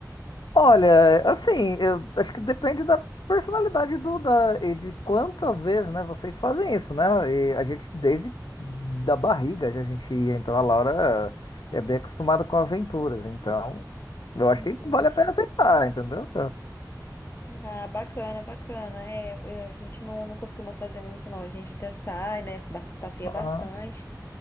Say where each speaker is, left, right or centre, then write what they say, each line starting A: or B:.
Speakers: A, on the left (about 85°); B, on the left (about 35°).
A: Olha, assim, eu acho que depende da personalidade do da e de quantas vezes, né, vocês fazem isso, né? E a gente desde da barriga já a gente ia, então a Laura é bem acostumada com aventuras, então eu acho
B: Entendi.
A: que vale a pena tentar, entendeu?
B: Ah, bacana, bacana. É, eu- a gente não, não costuma fazer muito, não. A gente até sai, né? bas- Passeia
A: Aham.
B: bastante,